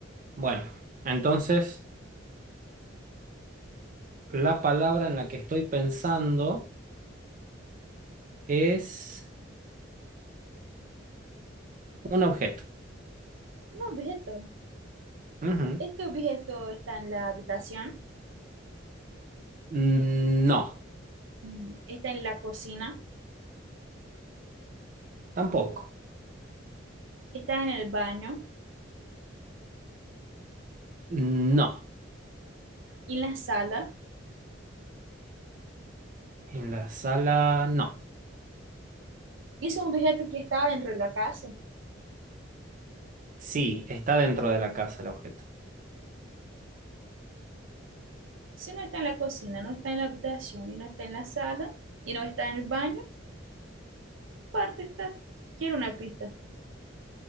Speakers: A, on the right (about 45°); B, on the right (about 85°).
A: Bueno, entonces la palabra en la que estoy pensando es un objeto.
B: Un objeto.
A: Ujú.
B: Este objeto está en la habitación,
A: Mm, No,
B: mm, está en la cocina,
A: tampoco.
B: está en el baño,
A: No,
B: y en la sala.
A: en la sala no.
B: Y es un objeto que está dentro de la casa.
A: Sí, está dentro de la casa el objeto.
B: Si no está en la cocina, no está en la habitación, y no está en la sala, y no está en el baño, parte está. Quiero una pista.